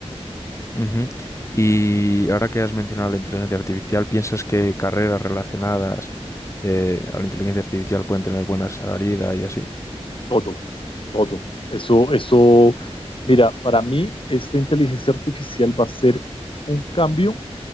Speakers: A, on the left (about 25°); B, on the left (about 50°).
A: Ujú. Y ahora que has mencionado la inteligencia artificial, ¿piensas que carreras relacionadas eh, a la inteligencia artificial pueden tener buena salida y así?
B: todo, todo. Eso, eso, mira, para mí esta inteligencia artificial va a ser un cambio